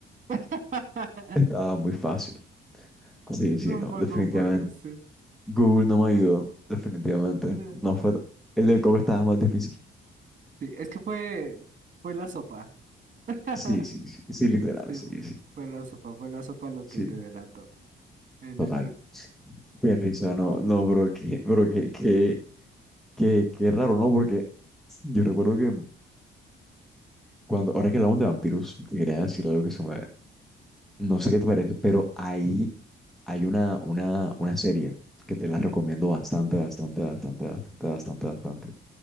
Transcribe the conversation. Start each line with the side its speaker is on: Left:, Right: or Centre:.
Right: <laughs>
Centre: Está muy fácil. Sí, sí,
Right: Un
Centre: no,
Right: poco,
Centre: definitivamente.
Right: un poco, sí.
Centre: Google no me ayudó, definitivamente.
Right: La-
Centre: No fue. El del coco estaba más difícil.
Right: Sí, es que fue, fue la sopa. <laughs>
Centre: Sí, sí, sí, sí, literal,
Right: Sí,
Centre: sí,
Right: fu-
Centre: sí,
Right: fue la sopa, fue la sopa lo
Centre: sí,
Right: que te delató. En
Centre: total.
Right: efecto,
Centre: Qué risa, no, no, bro, qué, bro, qué, qué, qué, qué raro, ¿no? Porque yo recuerdo que cuando, ahora que hablamos de vampiros, te quería decir algo que se me, no sé qué te parece, pero ahí hay una, una, una serie que te la recomiendo bastante, bastante, bastante, bastante, bastante, bastante,